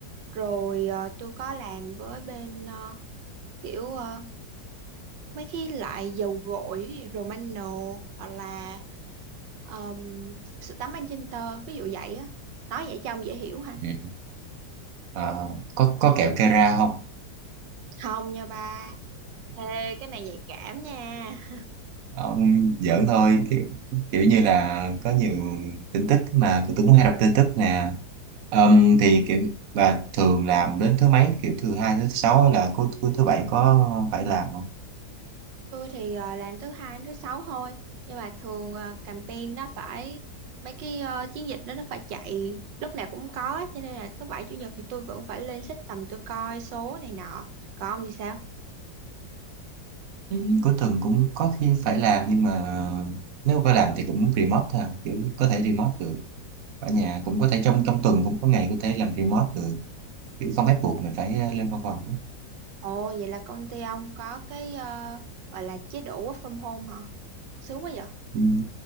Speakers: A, on the right (about 80°); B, on the right (about 60°).
A: Rồi ờ, tôi có làm với bên ờ, kiểu ờ, mấy cái loại dầu gội ví dụ Romano hoặc là um, sữa tắm anh Magenta ví dụ vậy á. Nói vậy cho ông dễ hiểu ha.
B: ừ. à, có có kẹo Kera không <laughs>
A: Không nha ba. Ê, cái này nhạy cảm nha. <laughs>
B: Ông giỡn thôi kiểu, kiểu như là có nhiều tin tức mà tôi cũng hay đọc tin tức nè Ờm, thì kiểu và thường làm đến thứ mấy kiểu thứ hai thứ sáu hay là cuối cuối thứ bảy có phải làm không
A: Tôi thì ờ, làm thứ hai đến thứ sáu thôi. Nhưng mà thường ờ, campaign nó phải mấy cái ờ, chiến dịch đó nó phải chạy lúc nào cũng có cho nên là thứ bảy chủ nhật thì tôi vẫn phải lên system tôi coi số này nọ. Còn ông thì sao?
B: Ừ, cuối tuần cũng có khi phải làm nhưng mà nếu có làm thì cũng remote thôi à, kiểu có thể remote được ở nhà cũng có thể trong trong tuần cũng có ngày có thể làm remote được kiểu không ép buộc mình phải ờ, lên văn phòng á.
A: Ồ, vậy là công ty ông có cái ờ, gọi là chế độ work from home hả? Sướng quá vậy.
B: Ừm,